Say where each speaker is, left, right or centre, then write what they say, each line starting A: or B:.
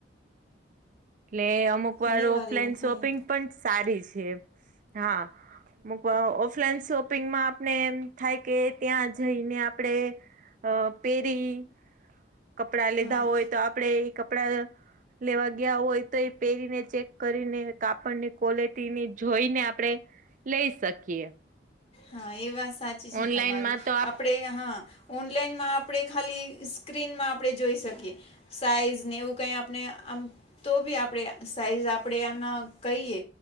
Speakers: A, on the right (about 40°); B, on the left (about 30°).
A: એટલે અમુક
B: ઘણી
A: વાર ઓફલાઈન
B: એવું થાય
A: શોપિંગ પણ સારી છે હા. અમુક વાર ઓફલાઇન શોપ પિંગમાં આપણે એમ થાય કે ત્યાં જઈને આપણે અ પેરી કપડાં લીધા
B: હા
A: હોય તો આપડે એ કપડા લેવા ગયા હોય તો એ પહેરીને ચેક કરીને કાપડની ક્વોલિટીની જોઈને આપણેે લઈ શકીએ
B: હા એ વાત સાચી છે
A: ઓનલાઈનમાં
B: તમારી
A: તો
B: આપણે હા ઓનલાઈનમાં આપ આપણે ખાલી સ્ક્રીનમાં આપણે જોઈ શકીએ સાઈઝને એવું કંઈ આપણે આમ તો બી આપણે સાઈઝ આપણે આમાં કહીએ